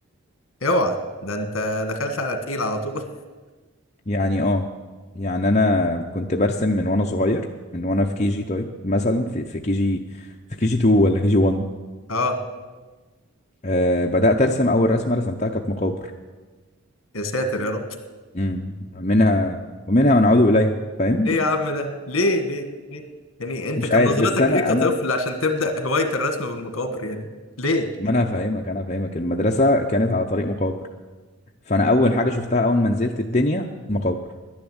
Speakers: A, on the left (about 65°); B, on the left (about 30°).
A: اوعى ده انت دخلت على تقيل على طول
B: يعني اه يعني انا كنت برسم من وانا صغير من وانا في كي جي طيب مثلا في في كي جي في كي جي 2 ولا كي جي 1
A: <laughs> اه
B: آه بدأت ارسم اول رسمة رسمتها كانت مقابر
A: يا ساتر يا رب
B: امم منها ومنها ونعود اليها فاهم
A: ايه يا عم ده ليه ليه ليه يعني انت
B: مش
A: كان
B: عارف
A: نظرتك
B: بس انا
A: ايه كطفل
B: انا
A: عشان تبدا هوايه الرسم بالمقابر يعني ليه
B: ما انا هفهمك انا هفهمك المدرسة كانت على طريق مقابر فانا اول حاجه شفتها اول ما نزلت الدنيا مقابر